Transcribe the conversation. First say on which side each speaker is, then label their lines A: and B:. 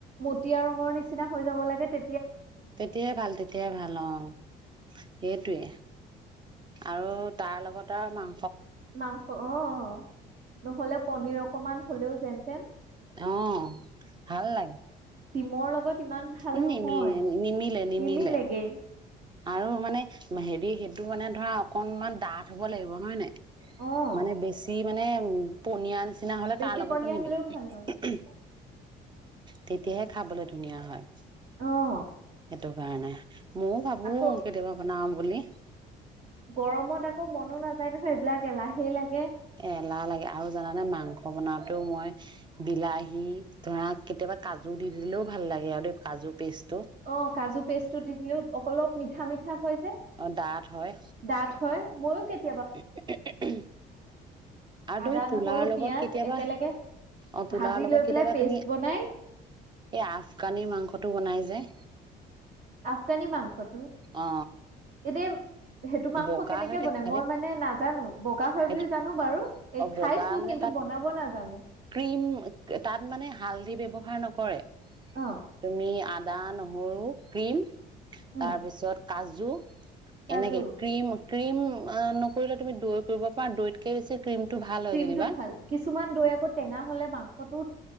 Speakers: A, on the right; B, on the right.
A: মটীয়া ৰঙৰ নিচিনা হৈ যাব লাগে তে
B: তেতিয়াই ভাল, তেতিয়াই ভাল, অ'। সেইটোৱে। আৰু তাৰ লগত আৰু মাং
A: মাংস অ। নহ'লে পনীৰ অক কনমান হ'লেও যেন তেন।
B: অ', ভাল লাগে।
A: মোৰ লগত ইমান ভাল
B: ম নিমি
A: নহয়
B: নিমিলে নিমিলে।
A: নিমিলেগে
B: আৰু মানে ম হেৰি সেইটো মানে ধৰা, অকনমান ডাঠ হ'ব লাগিব হয় নাই?
A: অ',
B: মানে বেছি মানে ম পনীয়া নিচ চিনা হ'লে
A: বেছি
B: তাৰ লগতো
A: পনীয়া
B: নিমিলে।
A: হ'লেও
B: ম
A: ভাল
B: ম
A: নালাগে
B: ম ম। তেতিয়াহে খাবলৈ ধুনীয়া হয়।
A: অ',
B: এটো কাৰণে ময়ো ভাবো
A: আকৌ
B: কেতিয়াবা বনাম বুলি
A: গৰমত আকৌ মনো নাযায় নহয় এইবিলাক এলাহেই লাগে।
B: এ এলাহ লাগে আৰু জানানে মাংস বনাওতেও মই বিলাহী ধৰা কেতিয়াবা কাজু দি দিলেও ভাল লাগে আৰু দ কাজু পেষ্ট
A: অ কাজু পেষ্টটো দি দিলেও অলপ মিঠা মিঠা হয়।
B: অ ডাঠ হয়
A: দাঁত হয় ময়ো কেতিয়া
B: আৰু
A: আদা
B: তুমি পোলাৰ
A: নহৰু
B: লগত
A: পিয়াজ
B: কেতিয়াবা
A: একেলগে
B: অ পোলাাৰ
A: ভাজি
B: লগত
A: লৈ পেলাই
B: কেতিয়াবা
A: পেষ্ট
B: তুমি
A: বনাই
B: এই আফগানি মাংসটো বনাই যে
A: আফগানি মাংসটো
B: অ
A: এদেই সেইটো মাংস
B: বগা
A: কেনেকে
B: হৈ থাকে
A: বনাই
B: খালি
A: মই মানে মানে নাজানো বগা হয়
B: সেইটো
A: বুলি জানো বাৰু এই
B: অ
A: খাইছো
B: বগা মানে
A: কিন্তু
B: তাত
A: বনাব নাজানো।
B: ক্ৰীম তাত মানে হালধি ব্যৱহাৰ নকৰে।
A: অ
B: তুমি আ দা নহৰু ক্ৰীম
A: উম
B: তাৰ পিছত কাজু
A: কাজু
B: এনেকে ক্ৰীম ক্ৰীম কৰিলে তুমি দৈ কৰিব পাৰা দৈতকে বেছি ক্ৰীমটো ভাল হয়
A: ক্ৰীমটো
B: যেনিবা
A: ভাল কিছুমান দৈ আকৌ টেঙা হ'লে মাং ফটো